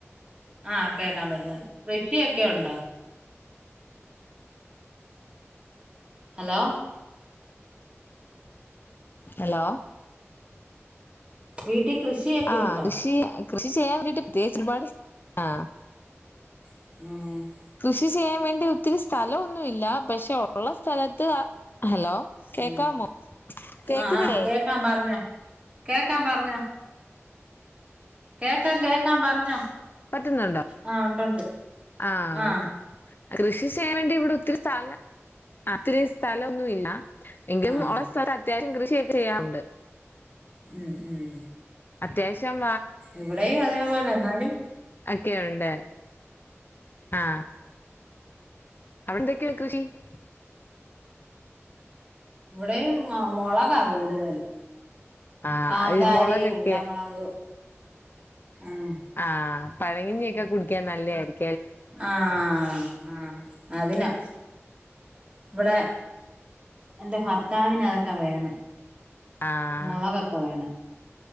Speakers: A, on the right; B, on the left.
A: ആഹ കേക്കാൻ പറ്റുന്നുണ്ട് കൃഷിയൊക്കെ ഉണ്ടോ ഹലോ
B: ഹലോ
A: വീട്ടിൽ കൃഷിയൊക്കെ
B: ആ
A: ഉണ്ടോ
B: കൃഷി കൃഷി ചെയ്യാൻ വേണ്ടിട്ട് <unintelligible>
A: <unintelligible>
B: കൃഷി ചെയ്യാൻ വേണ്ടി ഒത്തിരി സ്ഥലം ഒന്നുല്ല പക്ഷെ ഒള്ള സ്ഥലത്ത് ഹലോ കേക്കാമോ
A: ഉം
B: കേക്ക്ന്ന്
A: ആഹ് ആഹ്
B: ല്ലെ
A: കേക്കാം പറഞ്ഞോ കേക്കാം പറഞ്ഞോ കേക്കാം കേക്കാം പറഞ്ഞോ
B: പറ്റുന്നുണ്ടോ
A: ആ ഒണ്ടണ്ട്
B: ആഹ്
A: ആ
B: കൃഷി ചെയ്യാൻ വേണ്ടി ഇവിടെ ഒത്തിരി സ്ഥലം ഒത്തിരി സ്ഥലൊന്നുല്ല എങ്കിലും
A: ആഹ്
B: ഉള്ള സ്ഥലം അത്യാവശ്യം കൃഷിയൊക്കെ ചെയ്യാറുണ്ട്
A: ഉം ഉം
B: അത്യാവശ്യം
A: ഇവിടെയും അതേപോലെ ന്നാലും
B: ഒക്കെണ്ട് ആ <unintelligible>
A: ഇവിടെയും മൊളകാ കൂടുതല്
B: ആഹ്
A: കാന്താരി
B: ഈ മുളകൊക്കെ
A: ഉണ്ടമുളക് ആണോ
B: ആ പഴങ്ങിഞ്ഞിക്കെ കുടിക്കാൻ നല്ലതായിരിക്കും
A: ആ ആ ആ അതിന് ഇവിടെ എൻ്റെ ഭർത്താവിനതൊക്കെ വേണം
B: ആഹ്
A: മൊളകൊക്കെ വേണം